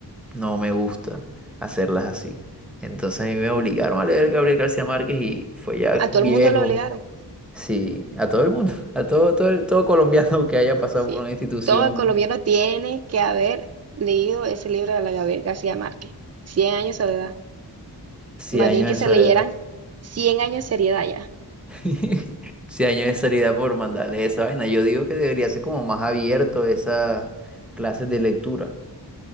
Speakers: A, in the centre; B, on the right.
A: no me gusta hacerlas así. Entonces a mí me obligaron a leer Gabriel García Márquez y fue ya
B: A todo
A: viejo.
B: el mundo lo obligaron.
A: Sí, a todo el mundo, a todo, todo, todo colombiano <laughs> que haya pasado
B: Sí.
A: por una institución,
B: Todo el colombiano tiene que haber leído ese libro de la Gabriel García Márquez. cien años de soledad.
A: 100
B: Más
A: años
B: bien que
A: de
B: se
A: soledad.
B: leyeran 100 años de seriedad ya.
A: <laughs> Si años de salida por mandarle esa vaina. Yo digo que debería ser como más abierto esas clases de lectura.